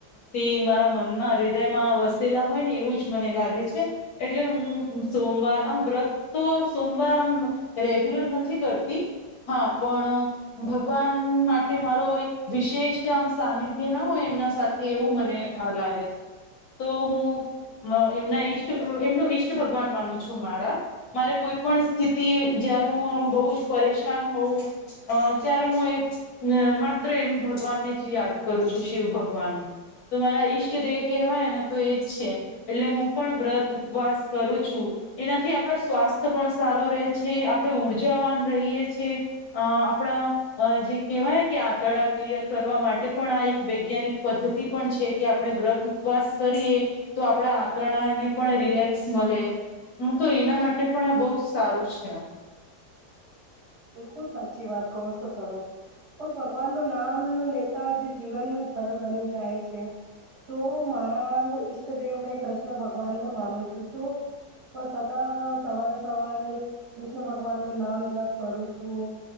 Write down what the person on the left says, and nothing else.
તે મારા મનમાં, રીદયમાં વસેલા હોય ને એવું જ મને લાગે છે. એટલે હું સોમવાર, આમ વ્રત તો સોમવાર આમ રેગ્યુલર નથી કરતી, હા પણ ભગવાન માટે મારો એક વિશેષ, આમ સાનિધ્ય ના હોય એમના સાથે! એવું મને લાગે છે, તો હું એમના ઈશ્ ટ, એમનું ઈષ્ટ ભગવાન માનું છું મારા મારે કોઈ પણ સ્થિતિ, જ્યારે હું આમ બહુ જ પરેશાન હોઉં અ ત્યારે હું એ હ માત્ર એમ ભગવાનને જ યાદ કરું છું, શિવ ભગવાનને તો મારા ઈષ્ટદેવ કહેવાયન તો એજ છે એટલે હું પણ વ્રત ઉપવાસ કરું છું એનાથી આપણો સ્વાસ્થ્ય પણ સારો રહે છે આપણે ઉર્જાવાન રહીએ છે અં, આપણા અ જે કહેવાયન કે આંતરડા ક્લિયર કરવા માટે પણ આ એક વૈજ્ઞાનિક પદ્ધતિ પણ છે કે આપણે વ્રત ઉપવાસ કરીએ તો આપણા આંતરણાને પણ રિલેક્સ મળે, હું તો એના માટે પણ આ બઉ જ સારું છે